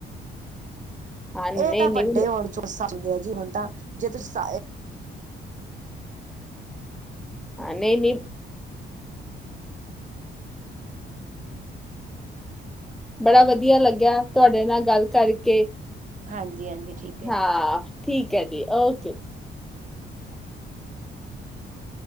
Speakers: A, in the centre; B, on the right (about 40°).
A: ਹਾਂ ਨਹੀਂ
B: ਇਹ ਤਾਂ
A: ਨਹੀਂ
B: ਵੱਡੇ ਹੋਣ ਚੋਂ ਸਮਦੇ ਆ ਜੀ ਹੁਣ ਤਾਂ ਜੇ ਤੁਸੀ
A: ਨਹੀ-ਨਹੀ, ਬੜਾ ਵਧੀਆ ਲੱਗਿਆ। ਤੁਹਾਡੇ ਨਾਲ ਗੱਲ ਕਰਕੇ।
B: ਹਾਂਜੀ, ਹਾਂਜੀ ਠੀਕ ਹੈ
A: ਹਾਂ
B: ਜੀ ਠੀਕ
A: ਠੀਕ ਹੈ ਜੀ ਓਕੇ।
B: ਐ <unintelligible>